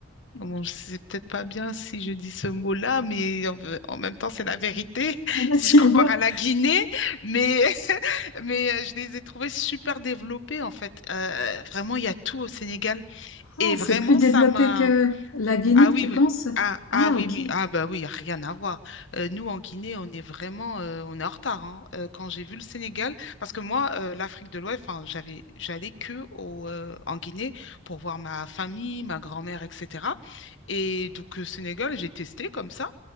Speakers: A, on the left (about 65°); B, on the left (about 85°).
A: bon, c'est peut-être pas bien si je dis ce mot-là, mais en, en même temps, c'est la vérité <laughs>
B: <laughs>
A: si je
B: Dis-moi.
A: compare à la Guinée. Mais, <laughs> mais euh, je les ai trouvés super développés en fait. Euh, vraiment, il y a tout au Sénégal
B: Ah,
A: et vraiment,
B: c'est plus développé
A: ça m'a
B: que la Guinée,
A: ah oui,
B: tu penses?
A: oui. Ah,
B: Ah,
A: ah oui,
B: ok.
A: oui. Ah bah oui, y a rien à voir. Euh, nous, en Guinée, on est vraiment euh, on est en retard. hein. Euh, quand j'ai vu le Sénégal, parce que moi, euh, l'Afrique de l'Ouest, enfin, j'avais j'allais que au, euh, en Guinée pour voir ma famille, ma grand-mère, etc. Et donc, le Sénégal, j'ai testé comme ça.